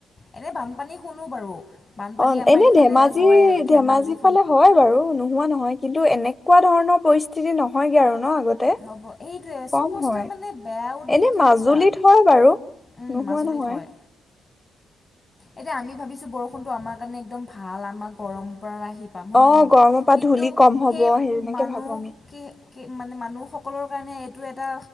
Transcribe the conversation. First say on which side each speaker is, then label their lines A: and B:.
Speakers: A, on the left; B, on the left.
A: এনে বানপানী শুনো বাৰু। বানপানী
B: অ
A: আমাৰ
B: এনে
A: ইফালে
B: ধেমাজি-ধেমাজি
A: হয় ধেমাজিৰ
B: ফালে হয় বাৰু নোহোৱা নহয় কিন্তু এনেকুৱা ধৰণৰ - পৰিস্থিতি নহয়গে আৰু ন। আগতে
A: হ'ব সেইটোৱেই
B: কম
A: চব বস্তুৱে
B: হয়
A: মানে বেয়াও দিন
B: এনে
A: থাকে
B: মাজুলীত
A: চোৱা।
B: হয় বাৰু
A: উম
B: নোহোৱা
A: মাজুলীত
B: নহয়।
A: হয় এতিয়া আমি ভাবিছোঁ বৰষুণটো আমাৰ কাৰণে একদম ভাল আমাৰ গৰম - পৰা আহি পাম হয়নে
B: অ
A: নহয়।
B: গৰমৰ পৰা
A: কিন্তু
B: ধূলি কম হব
A: সেই
B: তেনেকে
A: মানুহ
B: ভাবো আমি
A: কি কি মানে মানুহ- সকলৰ কাৰণে এইটো এটা